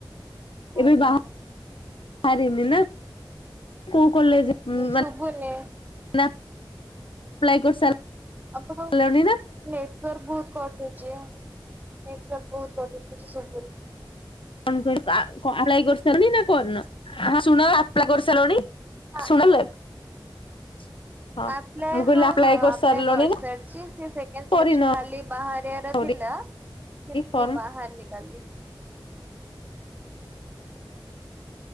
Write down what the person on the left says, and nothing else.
ଏବେ
ବା ବାହାରିନି ନା କୋଉ କଲେଜ। ମାନେ
ନା ପ୍ଲାଇ କରସା
କରିସାରିଲଣି
<unintelligible> ଆପ୍ଲାଏ କରିସାରିଲଣି ନା କରିନ। ଶୁଣ ଆପ୍ଲାଏ କରିସାଇଲଣି।
<unintelligible>
ମୁଁ କହିଲି
କରିସାରିଲଣି
କରିନ
ଆହୁରି
ଫର୍ମ